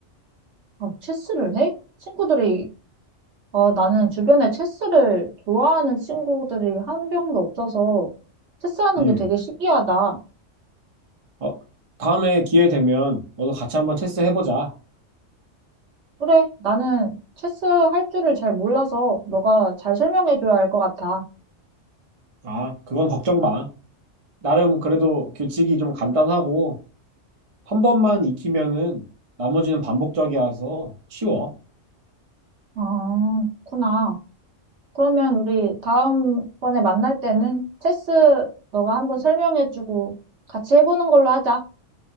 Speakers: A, on the right; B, on the right.
A: 아, 체스를 해? 친구들이, 아, 나는 주변에 체스를 좋아하는 친구들이 한 명도 없어서 체스하는
B: 음.
A: 게 되게 신기하다.
B: 어, 다음에 기회 되면 너도 같이 한번 체스 해보자.
A: 그래, 나는 체스 할 줄을 잘 몰라서 너가 잘 설명해줘야 할 것 같아.
B: 아, 그건 걱정 마. 나름 그래도 규칙이 좀 간단하고, 한 번만 익히면은 나머지는 반복적이어서 쉬워.
A: 아, 그렇구나. 그러면 우리 다음번에 만날 때는 체스 너가 한번 설명해주고 같이 해보는 걸로 하자.